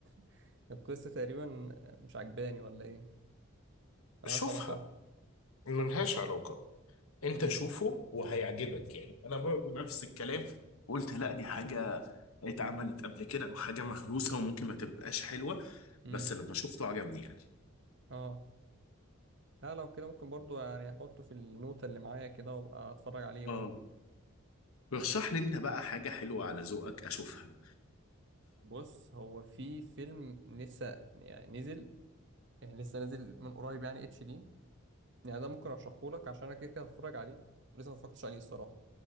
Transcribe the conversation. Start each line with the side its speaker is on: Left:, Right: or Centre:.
Right: <laughs> القصه تقريبا مش عجباني ولا ايه ملهاش
Left: شوفها
Right: علاقه
Left: ملهاش علاقة انت
Right: امم
Left: شوفه وهيعجبك يعني انا برضه نفس الكلام قلت لا دي حاجة اتعملت قبل كده وحاجة مهروسة وممكن ما تبقاش حلوة
Right: امم
Left: بس لما شفته عجبني يعني
Right: اه لا لو كده ممكن برضو يعني احطه في النوتة اللي معايا كده وابقى اتفرج عليه
Left: اه
Right: برضو
Left: رشح لي انت بقى حاجة حلوة على ذوقك اشوفها
Right: بص هو في فيلم لسه يعني نزل يعني لسه نازل من قريب يعني اتش دي يعني ده ممكن ارشحه لك عشان انا كده كده هتفرج عليه ولسه ما اتفرجتش عليه الصراحه